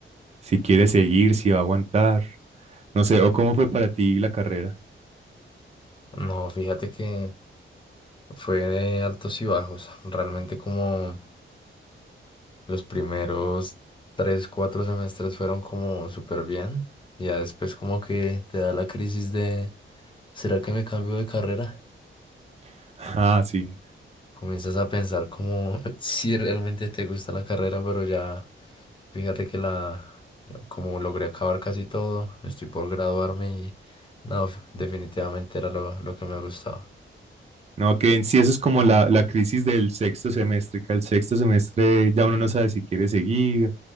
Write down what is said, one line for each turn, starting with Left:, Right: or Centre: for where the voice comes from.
Right: si quiere seguir, si va a aguantar. No sé, ¿o cómo fue para ti la carrera?
Left: No, fíjate que fue de altos y bajos. Realmente como los primeros tres, cuatro semestres fueron como súper bien. Ya después como que te da la crisis de, ¿será que me cambio de carrera?
Right: <laughs> Ah, sí.
Left: Comienzas a pensar como <laughs> si realmente te gusta la carrera, pero ya fíjate que la, como logré acabar casi todo, estoy por graduarme y no, definitivamente era lo, lo que me gustaba.
Right: No, que en sí eso es como la, la crisis del sexto semestre, que al sexto semestre ya uno no sabe si quiere seguir,